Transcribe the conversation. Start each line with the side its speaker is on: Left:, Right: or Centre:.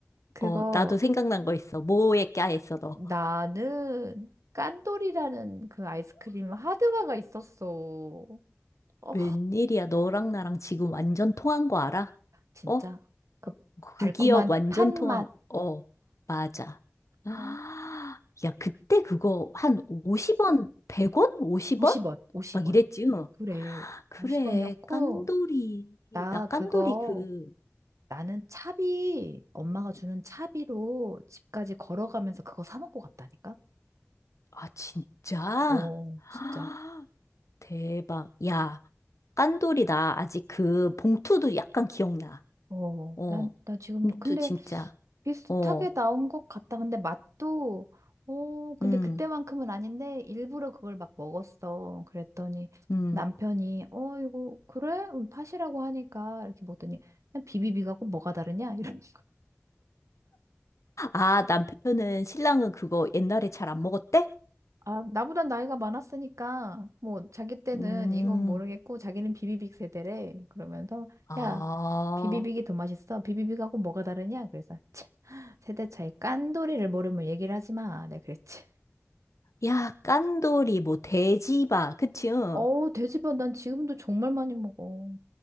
Right: 그거,
Left: 어, 나도 생각난 거 있어. 뭐에 까였어, 너.
Right: 나는 깐돌이라는 그 아이스크림 하드바가 있었어. 어,
Left: 웬일이야, 너랑 나랑 지금 완전 통한 거 알아?
Right: 진짜.
Left: 어?
Right: 그
Left: 그
Right: 달콤한
Left: 기억 완전
Right: 팥맛.
Left: 통한, 어, 맞아. <gasps> 아,
Right: 와,
Left: 야, 그때 그거 한 50원, 100원? 50원?
Right: 50원, 50원.
Left: 막 이랬지. 응.
Right: 그래,
Left: 그래,
Right: 50원이었고,
Left: 깐돌이.
Right: 나
Left: 나
Right: 그거,
Left: 깐돌이 그,
Right: 나는 차비, 엄마가 주는 차비로 집까지 걸어가면서 그거 사 먹고 갔다니까?
Left: 아, 진짜?
Right: 어,
Left: <gasps>
Right: 진짜.
Left: 아, 대박. 야, 깐돌이 나 아직 그 봉투도 약간 기억나.
Right: 어,
Left: 어,
Right: 난, 나 지금도,
Left: 봉투
Right: 근데
Left: 진짜.
Right: 비슷하게
Left: 어,
Right: 나온 것 같다. 근데 맛도, 어, 근데
Left: 음,
Right: 그때만큼은 아닌데, 일부러 그걸 막 먹었어. 그랬더니
Left: 음.
Right: 남편이, 어, 이거, 그래? 음, 팥이라고 하니까, 이렇게 먹더니, 그냥 비비비가 꼭 뭐가 다르냐? <laughs> 이런 거.
Left: 아, 남편은, 신랑은 그거 옛날에 잘 안 먹었대?
Right: 아, 나보단 나이가 많았으니까, 뭐, 자기 때는
Left: 음.
Right: 이건 모르겠고, 자기는 비비빅 세대래. 그러면서,
Left: 아,
Right: 야, 비비빅이 더 맛있어. 비비빅하고 뭐가 다르냐? 그래서, 차, 세대 차이 깐돌이를 모르면 얘기를 하지 마. 내가 그랬지.
Left: 야, 깐돌이, 뭐, 돼지바. 그치, 응.
Right: 어우, 돼지밥 난 지금도 정말 많이 먹어.